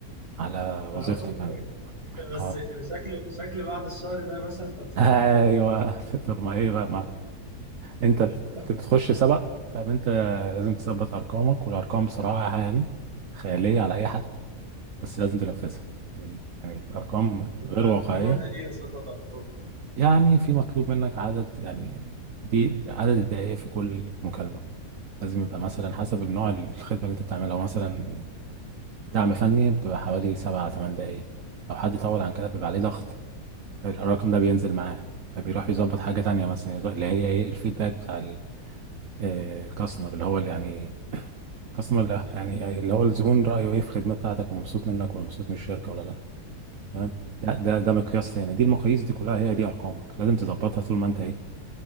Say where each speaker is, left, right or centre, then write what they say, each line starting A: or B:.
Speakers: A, on the right (about 55°); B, on the right (about 15°).
A: على
B: فهمتك
A: وظيفتك يعني
B: <laughs> بس
A: اه
B: شكل شكل بعد الشهر ده يا باشا انت بتتفحت
A: ايوه <laughs> طب ما ايه بقى انت بت-
B: <laughs>
A: بتخش سبق فانت لازم تثبت ارقامك والارقام بصراحه يعني خياليه على اي حد بس لازم تنفذها يعني يعني ارقام
B: بمعنى
A: غير واقعيه
B: بمعنى ايه يظبط ارقام
A: يعني في مطلوب منك عدد يعني دي عدد الدقائق في كل مكالمه لازم يبقى مثلا حسب النوع الخدمه اللي انت بتعملها لو مثلا دعم فني بتبقى حوالي سبعة تمن دقائق لو حد طول عن كده بيبقى عليه ضغط فالرقم ده بينزل معاه فبيروح يظبط حاجه تانية مثلا اللي هي ايه الفيدباك بتاع ال- آه، الكاستمر اللي هو اللي يعني اصلا لا يعني اللي هو الزبون رايه ايه في الخدمه بتاعتك ومبسوط منك ولا مبسوط من الشركه ولا لا تمام ده ده ده مقياس تاني دي المقاييس دي كلها هي دي ارقامك لازم تظبطها طول ما انت ايه